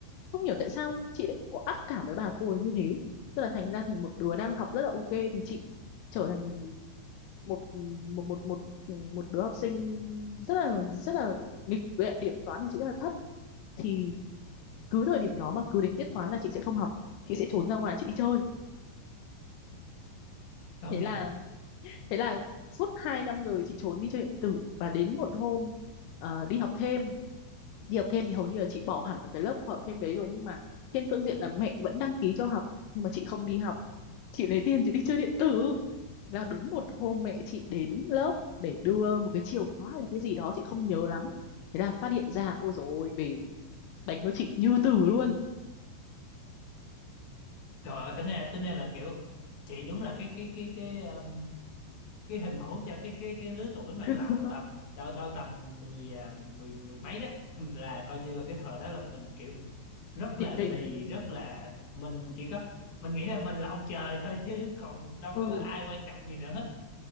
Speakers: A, on the left; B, on the left.
A: không hiểu tại sao chị lại có ác cảm với bà cô ấy như thế tức là thành ra thành một đứa đang học rất là ok thì chị trở thành một một một một một đứa học sinh rất là rất là nghịch với lại điểm toán của chị rất là thấp thì cứ thời điểm đó mà cứ đến tiết toán là chị sẽ không học chị sẽ trốn ra ngoài chị đi chơi
B: công
A: thế
B: nhận
A: là thế là suốt hai năm rồi chị trốn đi chơi điện tử và đến một hôm ờ, đi học thêm đi học thêm thì hầu như là chị bỏ hẳn vào cái lớp học thêm đấy rồi nhưng mà trên phương diện là mẹ vẫn đăng ký cho học nhưng mà chị không đi học chị lấy tiền chị đi chơi điện tử là đúng một hôm mẹ chị đến lớp để đưa một cái chìa khóa hay là cái gì đó chị không nhớ lắm thế là phát hiện ra ôi dồi ôi về đánh cho chị như tử luôn
B: trời ơi tính ra tính ra là kiểu chị đúng là cái cái cái cái um, cái hình mẫu cho cái cái cái lứa tuổi mà
A: <laughs>
B: đầu tầm đâu đâu tầm mười à, mười mười mấy đó <laughs> là coi như là cái thời đó là mình kiểu rất
A: điển
B: là lì
A: hình
B: rất là mình chỉ có mình nghĩ là mình là ông trời thôi chứ còn đâu
A: ừ
B: có ai quan trọng gì nữa